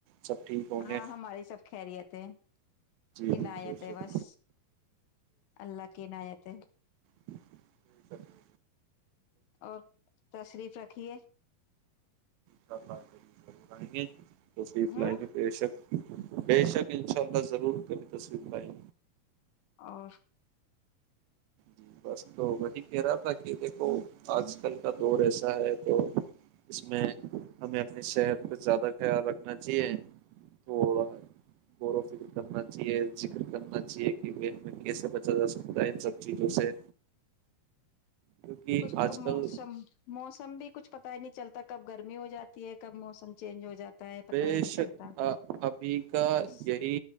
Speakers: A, on the right; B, on the left.
A: سب ٹھیک ہوں
B: ہاں
A: گے
B: ہماری سب خیریت ہے
A: جی
B: عنایت
A: جی بے
B: ہے
A: شک
B: بس اللہ کی عنایت ہے
A: ٹھ س ہے <unintelligible>
B: اور تشریف رکھیے
A: چ آے تصلیف
B: ہوں
A: لائ میں بےشک بے شک انشاء اللہ ضرور کبھی تصویر لائی
B: اور
A: جی بس تو وہی کہہ رہا تھا کہ دیکھو آج کل کا دور ایسا ہے تو اس میں ہمیں اپنی صحت پہ زیادہ خیال رکھنا چاہیے تھوڑا غور و فکر کرنا چاہیے ذکر کرنا چاہیے کہ وہ ہمیں کیسے بچا جا سکتا ہے ان سب چیزوں سے کیونکہ
B: کچھ تو
A: آج کل
B: موسم موسم بھی کچھ پتا ہی نہیں چلتا کب گرمی ہو جاتی ہے کب موسم چینج ہو جاتا ہے پتا
A: بیش
B: ہی نہیں چلتا
A: ابھی کا
B: بس
A: یہی